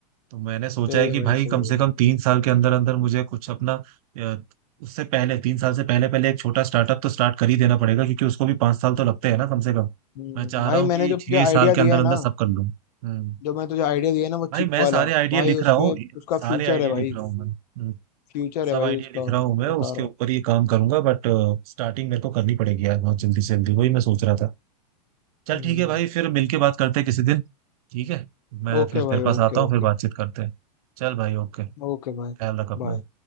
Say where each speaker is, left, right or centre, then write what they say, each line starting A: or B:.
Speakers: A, on the right; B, on the left.
A: तो मैंने सोचा
B: सही
A: है
B: है
A: कि
B: भाई
A: भाई
B: सही
A: कम से
B: है
A: कम तीन साल के अंदर अंदर मुझे कुछ अपना अ, उससे पहले तीन साल से पहले पहले एक छोटा स्टार्टअप तो स्टार्ट कर ही देना पड़ेगा क्योंकि उसको भी पाँच साल तो लगते हैं ना कम से कम
B: हम्म
A: मैं चाह
B: भाई
A: रहा हूँ
B: मैंने
A: कि
B: जो तुझे
A: छह
B: आइडिया
A: साल के
B: दिया
A: अंदर
B: है
A: अंदर
B: ना
A: सब कर लूँ हम्म
B: जो मैं तुझे आइडिया दिया है ना वो
A: भाई
B: चिप
A: मैं
B: वाला
A: सारे आइडिया
B: भाई
A: लिख
B: उसमें
A: रहा हूँ
B: उसका
A: सारे
B: फ्यूचर
A: आइडिया
B: है भाई
A: लिख रहा हूँ मैं हम्म,
B: फ्यूचर है
A: सब
B: भाई
A: आइडिया
B: उसका
A: लिख रहा हूँ मैं
B: बता
A: उसके
B: रहा
A: ऊपर
B: हूँ
A: ही काम करूंगा बट स्टार्टिंग मेरे को करनी पड़ेगी यार बहुत जल्दी से जल्दी वही मैं सोच रहा था चल
B: हम्म
A: ठीक है भाई फिर मिलके बात करते हैं किसी दिन ठीक है मैं
B: ओके
A: फिर तेरे
B: भाई
A: पास
B: ओके
A: आता
B: ओके
A: हूँ फिर बातचीत करते हैं चल भाई ओके
B: ओके भाई
A: ख्याल रख अपना
B: बाय